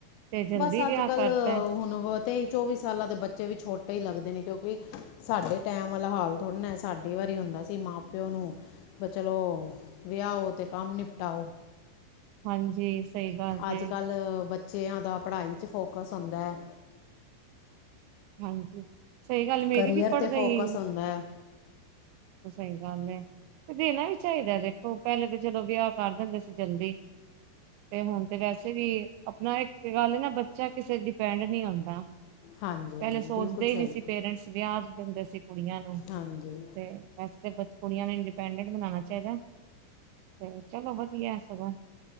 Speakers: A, on the right (about 85°); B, on the left (about 85°).
A: ਤੇ ਜਲਦੀ
B: ਬਸ ਅੱਜਕੱਲ੍ਹ
A: ਵਿਆਹ ਕਰਤਾ
B: ਹੁਣ ਤੇ ਚੌਵੀ ਸਾਲਾਂ ਦੇ ਬੱਚੇ ਵੀ ਛੋਟੇ ਈ ਲੱਗਦੇ ਨੇ, ਕਿਉਂਕਿ ਸਾਡੇ ਟੈਮ ਆਲਾ ਹਾਲ ਥੋੜ੍ਹਾ ਨਾ ਸਾਡਾ ਵਾਰੀ ਹੁੰਦਾ ਸੀ, ਮਾਂ-ਪਿਓ ਨੂੰ ਵੀ ਚਲੋ ਵਿਆਓ, ਤੇ ਕੰਮ ਨਿਪਟਾਓ।
A: ਹਾਂਜੀ। ਸਹੀ ਗੱਲ ਜੇ
B: ਅੱਜਕੱਲ੍ਹ ਬੱਚਿਆਂ ਦਾ ਪੜ੍ਹਾਈ'ਚ ਫੋਕਸ ਹੁੰਦਾ ਐ।
A: ਹਾਂਜੀ ਸਹੀ ਗੱਲ ਏ ਮੇਰੀ
B: ਕਰੀਅਰ
A: ਵੀ ਪੜਦੇ
B: ਤੇ ਫੋਕਸ
A: ਈ ਏ
B: ਹੁੰਦਾ ਹੈ
A: ਸਈ ਗੱਲ ਐ। ਦੇਣਾ ਵੀ ਚਾਹੀਦਾ ਦੇਖੋ, ਪਹਿਲੇ ਤੇ ਚਲੋ ਵਿਆਹ ਕਰ ਦਿੰਦੇ ਸੀ ਜਲਦੀ। ਤੇ ਹੁਣ ਤੇ ਵੈਸੇ ਵੀ, ਅਪਨਾ ਇੱਕ ਗੱਲ ਏ ਨਾ ਬੱਚਾ ਕਿਸੇ ਡਿਪੈਂਡ ਨੀ ਹੋਂਦਾ।
B: ਹਾਂਜੀ
A: ਪਹਿਲੇ
B: ਹਾਂਜੀ
A: ਸੋਚਦੇ
B: ਬਿਲਕੁਲ ਸਹੀ
A: ਨੀ ਸੀ ਪੇਰੈਂਟਸ ਵਿਆਹ ਦਿੰਦੇ ਸੀ ਕੁੜੀਆਂ ਨੂੰ।
B: ਹਾਂਜੀ।
A: ਤੇ ਕੁੜੀਆਂ ਨੂੰ ਇੰਡੀਪੈਂਡੈਂਟ ਬਣਾਣਾ ਚਾਈਦਾ ਤੇ ਚਲੋ ਵਧੀਆ ਏ ਸਗੋਂ,